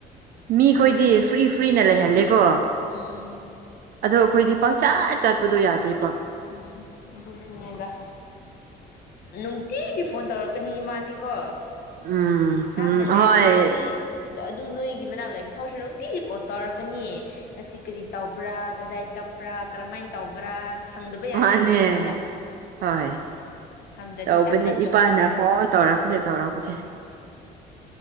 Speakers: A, on the right (about 60°); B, on the left (about 65°).
A: ꯃꯤꯈꯣꯏꯗꯤ
B: ꯀꯔꯤ ꯊꯣꯛꯀꯦꯗ
A: ꯐ꯭ꯔꯤ ꯐ꯭ꯔꯤꯅ ꯂꯩꯍꯜꯂꯦꯀꯣ
B: ꯎꯝ
A: ꯑꯗꯣ ꯑꯩꯈꯣꯏꯗꯤ ꯄꯪꯆꯥꯥꯠ ꯆꯥꯠꯄꯗꯣ ꯌꯥꯗꯦꯕꯣ
B: ꯎꯝ ꯀꯣꯏꯁꯨꯅꯦꯗ ꯅꯨꯡꯇꯤꯒꯤ ꯐꯣꯟ ꯇꯧꯔꯛꯀꯅꯤ ꯏꯃꯥꯗꯤꯀꯣ
A: ꯎꯝ
B: ꯊꯥꯞꯅ
A: ꯎꯝ
B: ꯂꯩꯔꯗꯤ
A: ꯍꯣꯏ
B: ꯑꯁꯤ ꯑꯗꯨ ꯅꯣꯏꯒꯤ ꯃꯅꯥꯛ ꯂꯩꯕ ꯐꯥꯎꯁꯨ ꯅꯨꯡꯇꯤꯒꯤꯀꯣ ꯇꯧꯔꯛꯀꯅꯤꯌꯦ ꯉꯁꯤ ꯀꯔꯤ ꯇꯧꯕ꯭ꯔꯥ ꯀꯗꯥꯏ ꯆꯠꯄ꯭ꯔꯥ ꯀꯔꯝꯍꯥꯏꯅ ꯇꯧꯕ꯭ꯔꯥ ꯍꯪꯗꯕ ꯌꯥꯗꯦ
A: ꯃꯥꯅꯦ
B: ꯅꯨꯃꯤꯠ ꯑꯃꯗ
A: ꯍꯣꯏ
B: ꯍꯪꯗ꯭ꯔꯗꯤ
A: ꯇꯧꯕꯅꯦ
B: ꯆꯥꯛ ꯆꯪꯗꯕ
A: ꯏꯄꯥꯅ
B: ꯃꯥꯜꯂꯦ
A: ꯐꯣꯟ ꯇꯧꯔꯛꯄꯁꯦ ꯇꯧꯔꯛꯄꯁꯦ